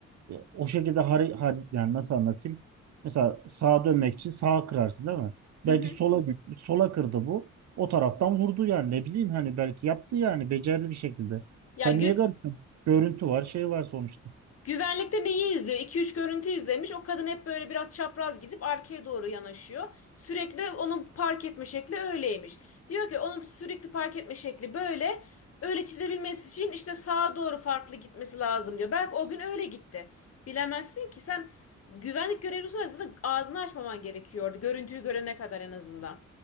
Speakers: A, on the right; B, on the left.
A: E, O şekilde hari, har- yani nasıl anlatayım? Mesela sağa dönmek için sağa kırarsın değil mi?
B: Hı
A: Belki
B: hı.
A: sola gü- sola kırdı bu. O taraftan vurdu yani ne bileyim hani belki yaptı yani becerdi bir şekilde.
B: Ya
A: Sen
B: gü
A: niye garipsin? Görüntü var, şey var sonuçta.
B: Güvenlikte neyi izliyor? 2 üç görüntü izlemiş. O kadın hep böyle biraz çapraz gidip arkaya doğru yanaşıyor. Sürekli onun park etme şekli öyleymiş. Diyor ki onun sürekli park etme şekli böyle. Öyle çizebilmesi için işte sağa doğru farklı gitmesi lazım diyor. Belki o gün öyle gitti. Bilemezsin ki sen güvenlik görevlisi olarak zaten ağzını açmaman gerekiyordu. Görüntüyü görene kadar en azından.